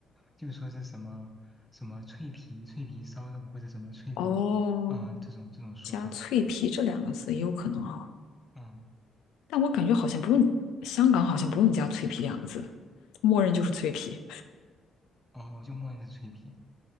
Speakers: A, in the centre; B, on the left.
A: 就说是什么什么脆皮脆皮烧肉或者什么脆皮，
B: 哦，
A: 嗯、这种这种说法，
B: 加脆皮这两个字也有可能哈，
A: 嗯，
B: 但我感觉好像不用，香港好像不用加脆皮两个字，默认就是脆皮，
A: 哦，就默认是脆皮。